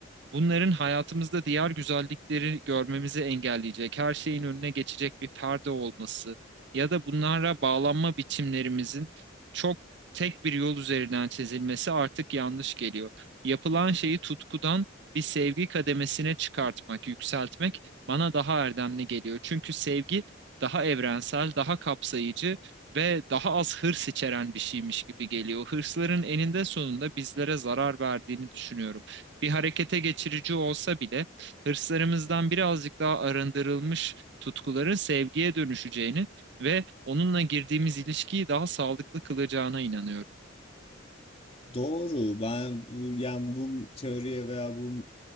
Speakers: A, on the right; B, on the left.
A: Bunların hayatımızda diğer güzellikleri görmemizi engelleyecek, her şeyin önüne geçecek bir perde olması ya da bunlara bağlanma biçimlerimizin çok tek bir yol üzerinden çizilmesi artık yanlış geliyor. Yapılan şeyi tutkudan bir sevgi kademesine çıkartmak, yükseltmek bana daha erdemli geliyor. Çünkü sevgi daha evrensel, daha kapsayıcı ve daha az hırs içeren bir şeymiş gibi geliyor. Hırsların eninde sonunda bizlere zarar verdiğini düşünüyorum bir harekete geçirici olsa bile hırslarımızdan birazcık daha arındırılmış tutkuların sevgiye dönüşeceğini ve onunla girdiğimiz ilişkiyi daha sağlıklı kılacağına inanıyorum.
B: Doğru. Ben bu yani bu teoriye veya bu